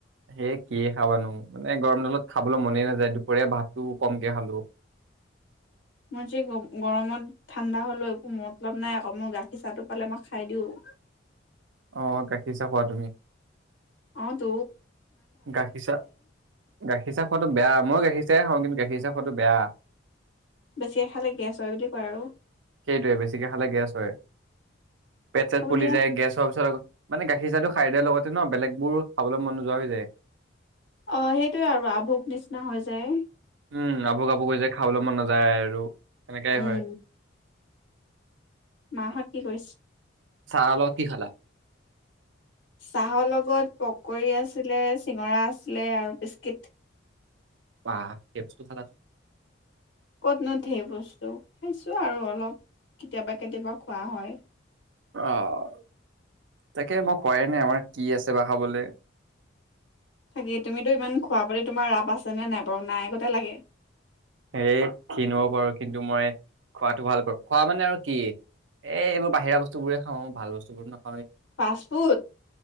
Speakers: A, on the right; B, on the left.
A: সেই কিযে খাবানো মানে গৰম দালত খাবলৈ মনেই নাযায় দুপৰীয়া ভাতটো কমকে খালো
B: মই যে গৰমত ঠাণ্ডা হলেও একো মতলব নাই আকৌ মোৰ গাখীৰ চাহটো পালে মই খাই দিওঁ
A: আহ গাখীৰ চা খোৱা তুমি
B: ত
A: গাখীৰ চা গাখীৰ চাহ খোৱাতটো বেয়া মই গাখীৰ হওঁ কিন্তু গাখীৰ হি চাাপটো বেয়া
B: বেছি এ খাল গ আছ হয় বুলি কয় আৰু
A: সেইটোৱে বেছিকে খালে গেছ হয় পেট চট
B: হ'ব
A: পুলি
B: দিয়া।
A: যায় গেছ হোৱাৰ পিছৰ মানে গাখীৰ চাহটো খাই দিয়াৰ লগতে ন বেলেগ বোৰ খাবলেমন নোযোৱা হৈ যায়
B: অ সেইটোয়ে আৰু আভোক নিচিনা হৈ যায়
A: উম আবু আভু হৈ যায় খাবলৈ মন নাযায় আৰু এনেকাই
B: উম।
A: হয়
B: মাহঁত কি কৰিছে
A: চাৰল কি খালা
B: চাহৰ লগত পকৰী আছিলে চিঙৰাছ ছিলে আৰু বিস্কিট
A: বা পটোখালা যে
B: ক'তনতে বস্তু খাইছো আৰু অলপ কেতিয়াবা কেতিয়াবা খোৱা হয়
A: আহ তাকে মই খোৱাই নাই আমাৰ কি আছে বা খাবলৈ
B: থাকি তুমিতো ইমান খোৱা বুলি তোমাৰ ৰাপ আছেনেে নাই বাৰু নাই আগতে লাগে
A: হেই ক্ষিন হব পাৰো কিন্তু মই খোৱাটো ভাল কৰো খোৱা মানে আৰু কি এই এইবোৰ বাহিৰা বস্তু বোৰে খাওঁ ভাল বস্তু বোৰ ন
B: ফাষ্টফুড